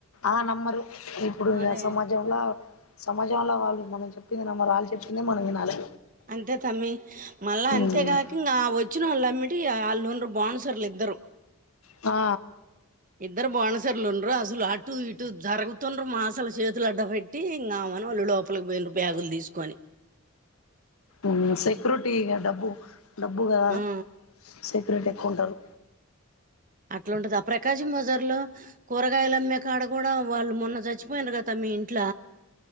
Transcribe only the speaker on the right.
మరే
అంతే తమ్మి మళ్ళా
అంతేగాక ఇంగా ఆ వచ్ చ్చినోళ్ళ అమ్మిటి ఇయ ఆళ్ళున్రు బౌన్సర్లు ఇద్దరు
ఇద్దరు బౌనసర్లు ఉండ్రు అసలు అటు ఇటు జరుగుతుండ్రు మా అసలు చేతులు అడ్డ పెట్టి ఇంగామె మన వాళ్ళు లోపలికి పోయిండ్రు బ్యాగులు తీసుకొని
ఆ
అట్ల ఉంటది ఆ ప్రకాశం బజార్ లో కూరగాయలు అమ్మే కాడ గూడా వాళ్ళు మొన్న చచ్చిపోయిండ్రు గా తమ్మీ ఇంట్ల